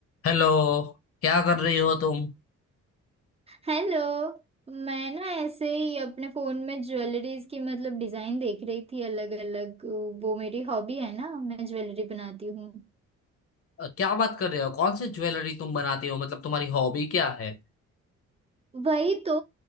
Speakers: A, on the left; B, on the right.
A: Hello क्या कर रही हो तुम
B: Hello मैं ना ऐसे ही अपने फोन में ज्वेलरीज की मतलब डिजाइन देख रही थी अलग अलग वो मेरी हॉबी है ना मैं ज्वेलरी बनाती हूँ
A: अ, क्या बात कर रहे हो कौन सी ज्वेलरी तुम बनाती हो मतलब तुम्हारी हॉबी क्या है
B: वही तो